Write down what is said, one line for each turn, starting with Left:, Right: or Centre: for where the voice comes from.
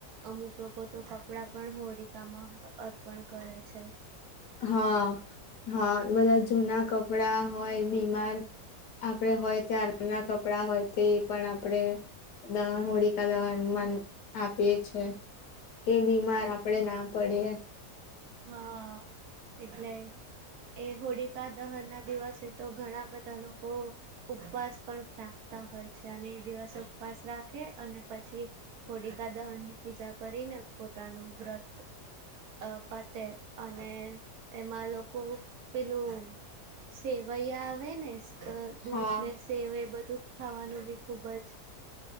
Right: અમુક લોકો તો કપડા પણ હોળિકામાં અર્પણ કરે છે
Left: હા હા બધા જૂના કપડા હોય બીમાર આપણેે હોય ત્યારના કપડાં હોય તે પણ આપણેે દહન હોડીકા દહન વન આપીએ છે કે બીમાર આપણેે ના પડીએ
Right: હા એટલે એ હોળિકા દહન ના દિવસે તો ઘણા બધા લોકો ઉપવાસ પણ રાખતા હોય છે અને એ દિવસ ઉપવાસ રાખે અને પછી હોળકા દહનની પૂજા કરી ને પોતાનું વ્રત અ પતે અને એમાં લોકો પેલું સે વૈયા આવે ને દૂધ
Left: હા
Right: ને સેવ એ બધું ખાવાનું બી ખુબ જ.